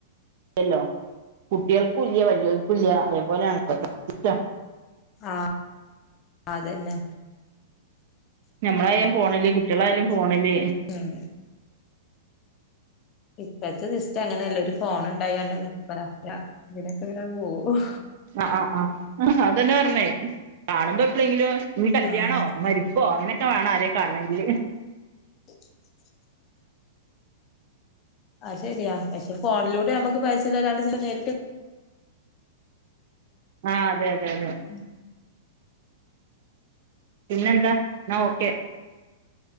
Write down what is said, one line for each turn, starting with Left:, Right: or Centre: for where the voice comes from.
Right: ല്ലല്ലോ കുട്ടികൾക്കും ഇല്ല വല്ല്യോൽക്കും ഇല്ല അതേപോലാണ് ഇപ്പത്തെ കുത്താ
Left: ആഹ് അതന്നെ
Right: ഞാമ്മളായാലും ഫോണില് കുട്ടികളായാലും ഫോണില്
Left: ഉം ഇപ്പത്തെ സിസ്റ്റം അങ്ങനല്ലേ ഒരു ഫോൺ ഇണ്ടായാണ്ട് പിന്നെപ്പതാ താ ഇവിടെക്കെങ്ങനെ പോവും
Right: ആഹ് ആഹ് ആഹ് അതന്നെ പറഞ്ഞേ കാണുമ്പോ എപ്പളേങ്കിലും ഇഞ്ഞി കല്യാണോ
Left: ആഹ്
Right: മരി പ്പോ അങ്ങനെക്കെ വേണം ആരെ കാണെണങ്കില്
Left: <inaudible> അഹ് ശരിയാ പക്ഷെ ഫോണിലൂടെ നമ്മക്ക് പൈസല്ല ഒരാള് സേ നേരിട്ട്
Right: ആഹ് അതെ അതെ അതെ
Left: ഉം
Right: പിന്നെന്താ ന്നാ ഓക്കെ